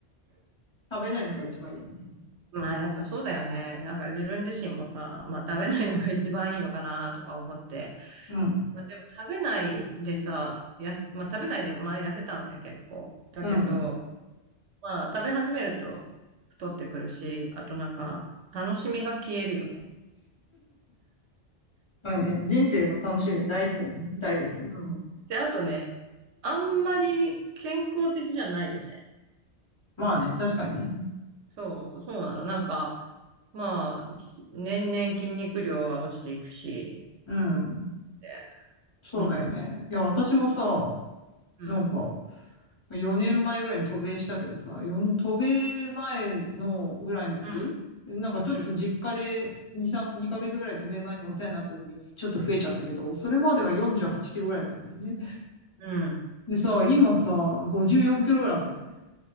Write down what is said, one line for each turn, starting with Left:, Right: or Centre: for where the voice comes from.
Left: <laughs> 食べないのが一番いいよね。
Right: まあやっぱそうだよね。なんか自分自身もさ、まあ食べないのが一番いいのかなとか思って。
Left: うん。
Right: まあでも食べないでさ、やす、まあ食べないで前痩せたのね結構。だけど、
Left: うん。
Right: まあ食べ始めると太ってくるし、あとなんか楽しみが消えるよね。
Left: まあね、人生の楽しみは大事だよね。ダイエットより。
Right: そう。で、あとね、あんまり健康的じゃないよね。
Left: まあね、確かにね。
Right: そう、そうなの。なんか、まあ、ひ年々筋肉量は落ちていくし、
Left: うん。
Right: で
Left: そうだよね。
Right: うん、
Left: いや、私もさ、
Right: うん、
Left: なんか、4年前ぐらいに渡米したけどさ、4渡米前のぐらいの時、
Right: うん、
Left: なんかちょっと実家で2、
Right: うん、
Left: 3、2ヶ月ぐらい渡米前にお世話になった時にちょっと増えちゃったけど、それまでは48キロぐらいだったんだよね。
Right: うん、
Left: でさ、今さ、54キロぐらいなんだよね。